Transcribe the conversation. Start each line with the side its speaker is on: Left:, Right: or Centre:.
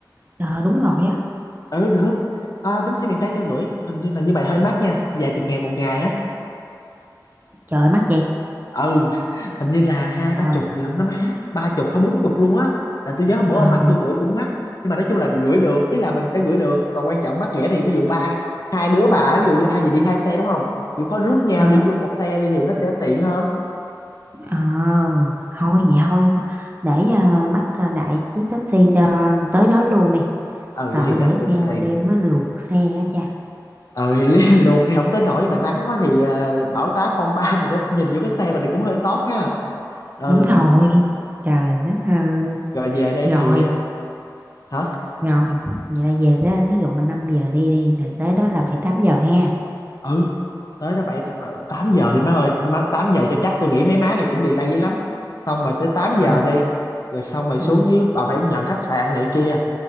Right: Ờ đúng rồi á,
Left: ừ được à, bến xe miền Tây cho gửi hình như là nhưng mà hơi mắc nha vài chục ngàn một ngày á
Right: trời mắc vậy.
Left: ừ <laughs> hình như là hai
Right: Ờ,
Left: ba chục gì lận đó má ba chục hay bốn chục luôn á tại tôi nhớ hôm bữa
Right: ờ,
Left: ông anh tôi gửi cũng mắc nhưng mà nói chung là gửi được ý là mình sẽ gửi được còn quan trọng mắc rẻ thì ví dụ ba hai đứa bà ví dụ như thay vì đi hai xe đúng không chịu khó rước nhau
Right: ờ,
Left: đi chung một xe đi thì nó sẽ tiện hơn
Right: ờ, thôi vậy thôi, để ờ, bắt ờ, đại chiếc taxi cho tới đó luôn đi.
Left: ừ
Right: Sợ
Left: vậy thì nó
Right: để xe
Left: cũng
Right: qua
Left: tiền
Right: đêm nó luộc xe á cha.
Left: ờ thì lý- <laughs> luộc thì không tới nổi nhưng mà nắng quá thì à, bão táp phong ba thì nó nhìn vô cái xe mình thì cũng hơi sót ha ừ
Right: Đúng rồi, trời đất ơi.
Left: rồi về đây
Right: Rồi,
Left: thì à, hả
Right: rồi, vậy là về đó, thí dụ mà 5 giờ đi đi, là tới đó là bảy tám giờ ha.
Left: ừ tới đó bảy ờ, tám giờ đi má ơi má tám giờ cho chắc tôi nghĩ mấy má này cũng delay dữ lắm xong mà tới tám
Right: Ờ,
Left: giờ đi rồi xong rồi
Right: ừ.
Left: xuống dưới bà phải nhận khách sạn này kia